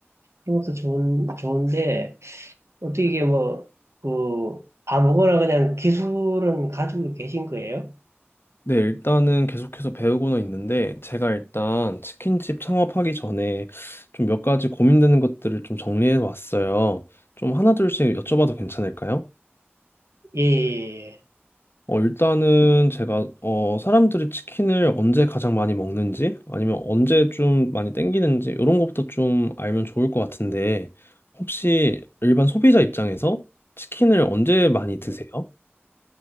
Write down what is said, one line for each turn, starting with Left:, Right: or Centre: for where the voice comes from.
Right: 그런 것도 좋은, 좋은데, 어떻게 이게 뭐, 그, 아무거나 그냥 기술은 가지고 계신 거예요?
Left: 네, 일단은 계속해서 배우고는 있는데, 제가 일단 치킨집 창업하기 전에 좀 몇 가지 고민되는 것들을 좀 정리해 왔어요. 좀 하나둘씩 여쭤봐도 괜찮을까요?
Right: 예, 예,
Left: 어, 일단은 제가, 어, 사람들이 치킨을 언제 가장 많이 먹는지, 아니면 언제 좀 많이 땡기는지, 이런 것부터 좀 알면 좋을 것 같은데, 혹시 일반 소비자 입장에서 치킨을 언제 많이 드세요?
Right: 예.